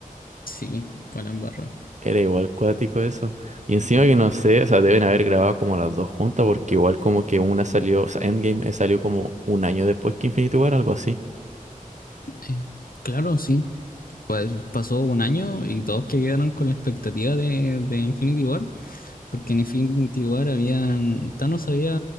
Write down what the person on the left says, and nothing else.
Sí, fue la embarra.
Eh, claro, sí. Pues pasó un año y todos que quedaron con la expectativa de, de Infinity War, porque en Infinity War habían, Thanos había